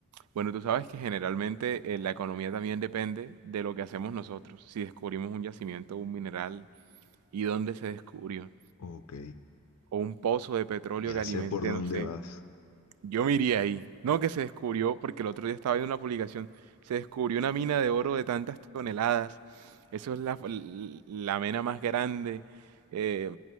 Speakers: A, on the right (about 85°); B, on the left (about 75°).
A: Bueno, tú sabes que generalmente eh, la economía también depende de lo que hacemos nosotros. Si descubrimos un yacimiento, un mineral y dónde se descubrió,
B: Ok.
A: o un pozo de petróleo
B: Ya
A: que alimente,
B: sé por dónde
A: no sé,
B: vas.
A: Yo me iría ahí. No que se descubrió, porque el otro día estaba viendo una publicación, se descubrió una mina de oro de tantas toneladas. Eso es la, f- l- la mena más grande. eh,